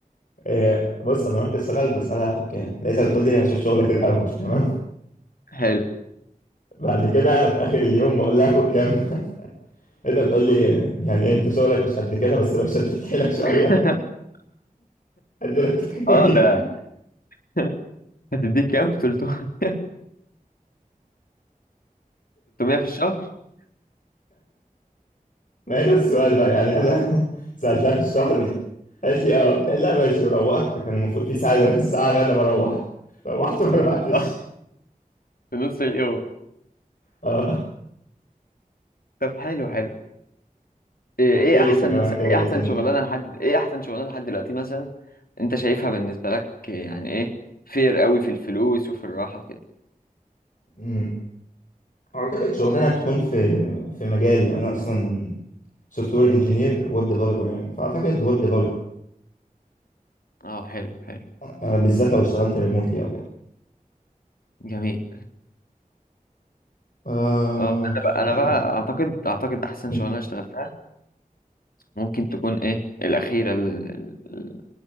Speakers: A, on the left; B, on the left.
A: إيه، بص انا رحت اشتغل بس انا هاخد كام لقيتها بتقول لي هشوف شغلك الاول <laughs> تمام
B: <laughs> حلو
A: بعد كده في اخر اليوم بقول لها هاخد كام انت بتقول لي يعني ايه انت شغلك مش قد كده بس لو شديت حيلك شويه
B: <laughs>
A: <laughs> هديلك 300
B: اه ده <laughs> هتديك كام 300 في الشهر <laughs>
A: ما هي ده السؤال بقى يعني انا سالتها في الشهر قالت لي اه قلت لها ماشي وروحت كان المفروض في ساعه ساعه غدا بروح روحت ما روحتش
B: اه في نص اليوم
A: اه
B: طب حلو حلو ايه
A: احكي
B: إيه
A: لي
B: احسن
A: انت كمان
B: مثلا
A: كده
B: ايه
A: ايه
B: احسن
A: تاني
B: شغلانه لحد ايه احسن شغلانه لحد دلوقتي مثلا انت شايفها بالنسبه لك يعني ايه فير قوي في الفلوس وفي الراحه وكده
A: امم. اعتقد شغلانه تكون في في مجالي انا اصلا سوفت وير انجينير ويب ديفلوبر يعني فاعتقد ويب ديفلوبر
B: اه حلو حلو
A: بالذات لو اشتغلت ريموتلي او كده
B: جميل
A: آه...
B: اه انا بقى
A: انت-
B: انا بقى اعتقد اعتقد احسن
A: انت-
B: شغلانه اشتغلتها ممكن تكون ايه الاخيره ال... ال... ال-